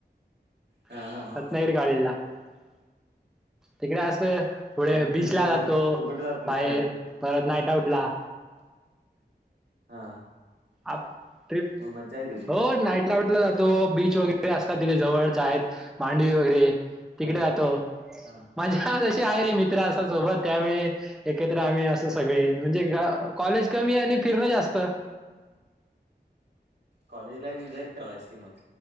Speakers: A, on the right (about 70°); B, in the centre.
A: हा
B: <unintelligible>
A: हा हा
B: तिकडे असत पुढे
A: मग ट्रिपला
B: बीचला
A: वगैरे
B: जातो.
A: तू कुठे जातोस
B: बाहेर
A: की नाही
B: परत नाईट आउट ला.
A: हा
B: अप ट्रिप,
A: मग मज्जा आहे तुझी
B: हो नाईट आउट. ला जातो बीच वगैरे असतात तिथे जवळच चाय मांडवी वगैरे. तिकडे
A: हा
B: जातो,
A: हा
B: मजा आहेरे मित्र असतात सोबत त्यावेळी एकत्र आम्ही अस सगळे म्हणजे कॉलेज कमी आणि फिरण जास्त.
A: कॉलेज लाईफ एन्जॉय करायलायस की मग?